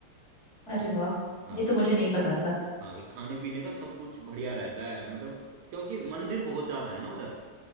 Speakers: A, on the right; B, on the left.
A: ठीक
B: अरे
A: है
B: वाह
A: हाँ
B: ये तो मुझे नहीं पता था
A: हाँ ये खाने पीने का सब कुछ बढ़िया रहता है मतलब क्योंकि मंदिर बहुत ज्यादा है ना उधर